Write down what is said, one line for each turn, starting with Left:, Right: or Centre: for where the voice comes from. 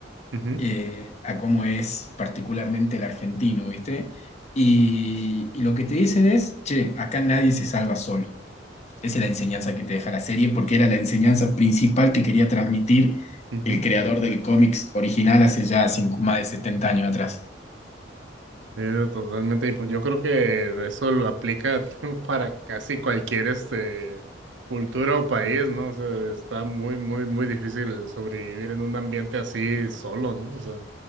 Right: ujú,
Left: eh, a cómo es particularmente el argentino, ¿viste? Y, y lo que te dicen es, che, acá nadie se salva solo. Esa es la enseñanza que te deja la serie, porque era la enseñanza principal que quería transmitir
Right: ujú.
Left: el creador del cómics original hace ya cinco- más de 70 años atrás.
Right: Sí, no, totalmente. Y pues yo creo que eso lo aplica <laughs> para casi cualquier este cultura o país, ¿no? O sea, está muy, muy, muy difícil sobrevivir en un ambiente así solo, ¿no? O sea,